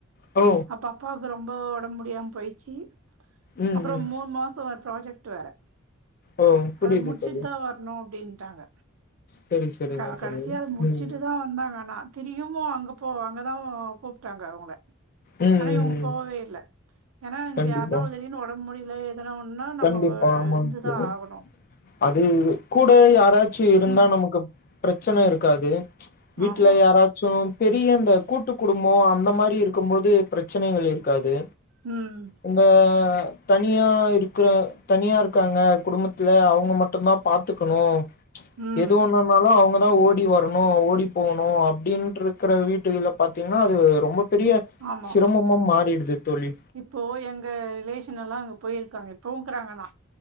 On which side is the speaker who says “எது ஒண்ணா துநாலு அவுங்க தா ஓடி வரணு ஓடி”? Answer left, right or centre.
Left